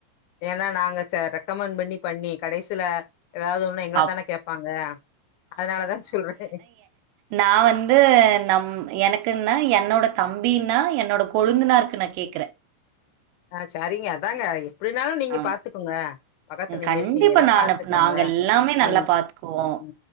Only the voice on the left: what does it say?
ஏன்னா நாங்க ச ரெக்கமெண்ட் பண்ணி பண்ணி கடைசில ஏதாது ஒன் எங்களத்தான
கேப்பாங்க அதனாலதா சொல்றே
ஆ சரிங்க அதாங்க எப்டினாலு நீங்க
பாத்துக்கோங்க பக்கத்துல நீங்க
இருக்கீங்கல்ல
பாத்துக்கோங்க
ம்
உ